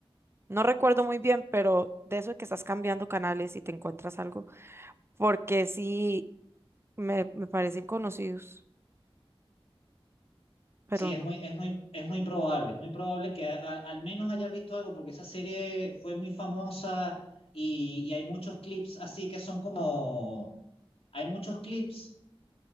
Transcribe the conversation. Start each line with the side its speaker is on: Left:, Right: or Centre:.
Right: No recuerdo muy bien, pero de eso de que estás cambiando canales y te encuentras algo, porque sí me, me parecen conocidos, pero
Left: Sí, es
Right: no.
Left: muy, es muy, es muy probable, es muy probable que a- a- al menos hayas visto algo, porque esa serie fue muy famosa y, y hay muchos clips así que son como, hay muchos clips